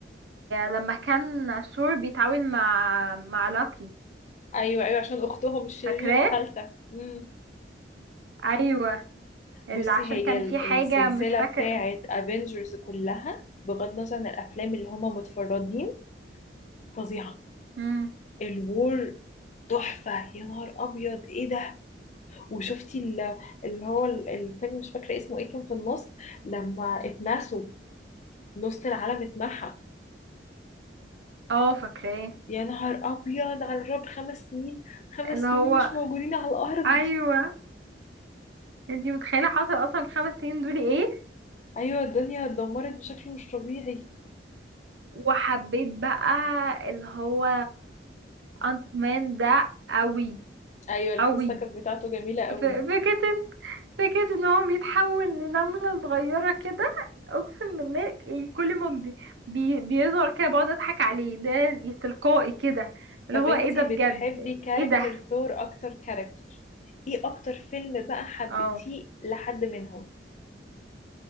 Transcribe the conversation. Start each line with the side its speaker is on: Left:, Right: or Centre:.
Right: لما كان ثور بيتعاون مع مع لاكي
Left: ايوه ايوه عشان اختهم الشريره
Right: فاكراه
Left: الثالثه امم
Right: أيوه اللي
Left: بصي
Right: عشان
Left: هي
Right: كان
Left: ال-
Right: في حاجة
Left: السلسله
Right: مش فاكرة
Left: بتاعه افنجرز كلها بغض النظر عن الافلام اللي هما متفردين فظيعه
Right: مم.
Left: الوور تحفه يا نهار ابيض ايه ده وشفتي ال- اللي هو ال- الفيلم مش فاكره اسمه ايه كان في النص لما اتنسوا نص العالم اتمحى
Right: اه فاكراه
Left: يا نهار أبيض على الرب خمس سنين خمس
Right: اللي
Left: سنين
Right: هو
Left: مش موجودين على الأرض
Right: أيوه انتي متخيلة حصل اصلا في الخمس سنين دول ايه
Left: أيوة الدنيا اتدمرت بشكل مش طبيعي
Right: وحبيت بقى اللي هو انت مان ده قوي
Left: أيوة القصة
Right: قوي
Left: كانت بتاعته جميلة قوي
Right: ف- فكرة ان- فكرة ان هو بيتحول لنملة صغيرة كده اقسم بالله يعني كل ما بي... بي... بيظهر كده بقعد اضحك عليه ده دي تلقائي كده اللي
Left: طب
Right: هو
Left: انتي
Right: ايه ده بجد
Left: بتحبي كاركتر
Right: ايه ده
Left: ثور أكتر كاركتر ايه أكتر فيلم بقى حبيتيه
Right: اه
Left: لحد منهم